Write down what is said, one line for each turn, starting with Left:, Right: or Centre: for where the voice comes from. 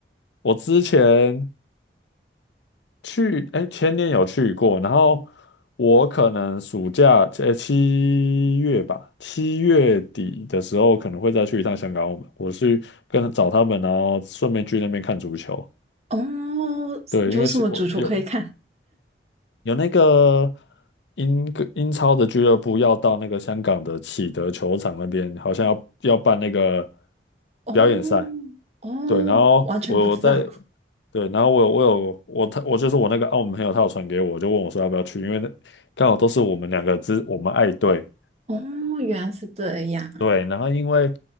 Left: 我之前去，哎，前年有去过，然后我可能暑假，哎，七月吧，七月底的时候可能会再去一趟香港、澳门，我去跟找他们，然后顺便去那边看足球。
Right: 哦，
Left: 对，
Right: 有什么主厨可以看？
Left: 因为是我有。有那个英格英超的俱乐部要到那个香港的启德球场那边，好像要要办那个
Right: <laughs> 哦
Left: 表演赛。
Right: 哦，
Left: 对，然后我我在
Right: 完全不知道，
Left: 对，然后我有我有我他我就是我那个澳门朋友，他有传给我，就问我说要不要去，因为那刚好都是我们两个之我们爱队。
Right: 哦，原来是这样，
Left: 对，然后因为